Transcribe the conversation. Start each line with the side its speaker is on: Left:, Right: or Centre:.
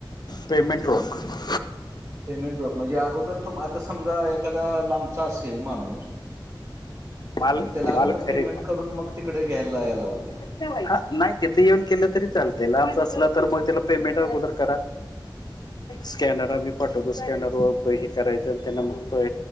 Left: पेमेंट रोख.
Right: पेमेंट रोक. म्हणजे अगोदर तुम आता समजा एखादा लांबचा असेल माणूस
Left: माल
Right: तर त्याला अगोदर
Left: माल खरेदी
Right: पेमेंट करून मग तिकडे घ्यायला यावं लागलं?
Left: हा नाही तिथे येऊन केलं तरी चालतय. लांबचा असलं तर मग त्याला पेमेंट अगोदर करा. स्कॅनर आम्ही पाठवतो. स्कॅनर वर हे करायचं आणि त्यांना मग